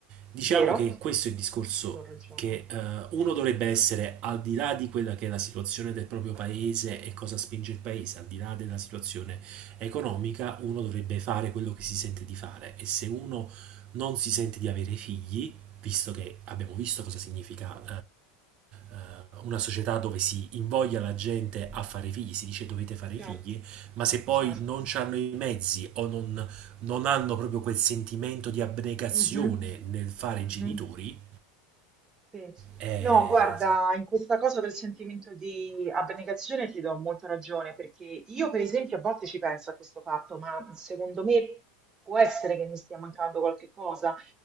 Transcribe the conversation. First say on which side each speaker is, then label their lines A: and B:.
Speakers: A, on the right (about 45°); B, on the right (about 25°).
A: Diciamo
B: vero?
A: che questo è il discorso
B: Ti do ragione.
A: che eh, uno dovrebbe essere al di là di quella che è la situazione del proprio paese e cosa spinge il paese, al di là della situazione economica, uno dovrebbe fare quello che si sente di fare e se uno non si sente di avere figli, visto che abbiamo visto cosa significa eh, eh, una società dove si invoglia la gente a fare figli, si dice dovete fare
B: Certo,
A: figli, ma se poi
B: certo.
A: non hanno i mezzi o non, non hanno proprio quel sentimento di abnegazione
B: Mhm,
A: nel fare
B: mhm.
A: i genitori,
B: Sì.
A: eh,
B: No, guarda, in questa cosa del sentimento di abnegazione ti do molta ragione, perché io per esempio a volte ci penso a questo fatto, ma secondo me può essere che mi stia mancando qualche cosa,